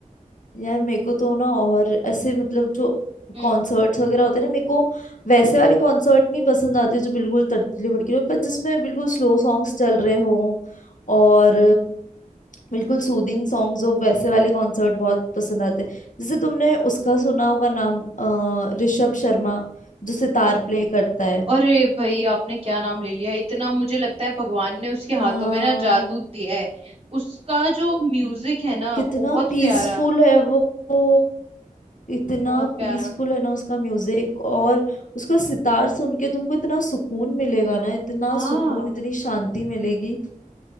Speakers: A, on the left (about 65°); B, on the right (about 45°).
A: यार मेरे को तो ना और ऐसे मतलब जो
B: हम्म
A: कॉन्सर्ट्स वगैरह होते हैं ना मेरे को वैसे वाले कॉन्सर्ट नहीं पसंद आते जो बिल्कुल तड़कले भड़कले हो, पर जिसमें बिल्कुल स्लो सॉन्ग्स चल रहे हों और बिल्कुल सूदिंग सॉन्ग्स हो वैसे वाले कॉन्सर्ट बहुत पसंद आते हैं जैसे तुमने उसका सुना होगा नाम अ, ऋषभ शर्मा जो सितार प्ले करता है
B: अरे भाई आपने क्या नाम ले लिया इतना मुझे लगता है भगवान ने उसके
A: हाँ
B: हाथों में ना जादू दिया है उसका जो म्यूजिक है ना
A: कितना
B: बहुत
A: पीसफुल
B: प्यारा
A: है वो वो इतना
B: बहुत प्यारा
A: पीसफुल है ना उसका म्यूजिक और उसका सितार सुन के तुमको इतना सुकून मिलेगा ना इतना
B: हाँ
A: सुकून इतनी शांति मिलेगी